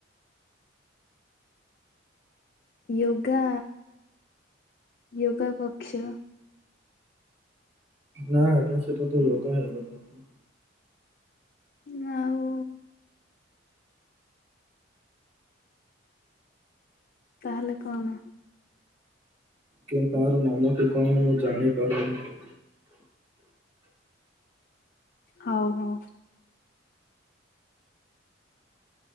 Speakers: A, on the left; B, on the right.
A: ୟୋଗା ୟୋଗା କକ୍ଷ
B: ନା ଆଜ୍ଞା ସେଟା ତ ୟୋଗା ହେଇଗଲା ଆଜ୍ଞା।
A: ଉଁ ଆଉ ତାହେଲେ କଣ?
B: କେନ ପାରୁ ନାମ ଟି କଣ ମୁଁ ଜାଣିପାରୁନି।
A: ହଉ ହଉ।